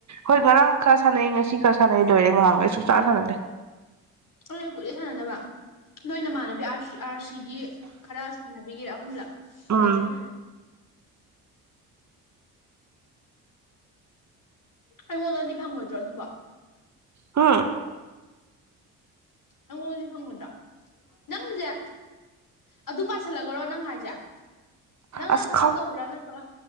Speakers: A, on the right; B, on the left.
A: ꯍꯣꯏ ꯉꯔꯥꯡ ꯈꯔ ꯁꯥꯟꯅꯩ ꯉꯁꯤ ꯈꯔ ꯁꯥꯟꯅꯩ ꯂꯣꯏꯔꯦ ꯉꯍꯥꯡꯈꯩꯁꯨ ꯁꯨꯛꯁꯥꯟ ꯁꯥꯅꯗꯦ
B: ꯑꯩꯁꯨ ꯀꯨꯏꯔꯦ ꯁꯥꯟꯅꯗꯕ ꯅꯣꯏꯅꯃꯥꯟꯅꯕꯤ ꯑ ꯑꯥꯔ ꯁꯤꯒꯤ ꯈꯔ ꯁꯥꯟꯅꯕꯤꯒꯔꯥ ꯑꯍꯨꯝꯂꯛ
A: ꯎꯝ
B: ꯑꯗꯩ ꯍꯦꯟ ꯁꯥꯅꯗꯦ ꯑꯩꯉꯣꯟꯗꯗꯤ ꯐꯪꯉꯣꯏꯗ꯭ꯔꯣ ꯑꯗꯨꯕ
A: ꯍꯥ
B: ꯑꯩꯉꯣꯟꯁꯦ ꯐꯪꯉꯨꯗꯣ ꯅꯪꯁꯦ ꯑꯗꯨ ꯄꯥꯁꯤꯜꯂꯒꯔꯣ ꯅꯪ ꯍꯥꯏꯁꯦ ꯅꯪꯅ
A: ꯑꯁ
B: ꯈꯛꯇꯪ
A: ꯈꯪ
B: ꯇꯧꯕ꯭ꯔꯥ ꯅꯠꯇ꯭ꯔꯣ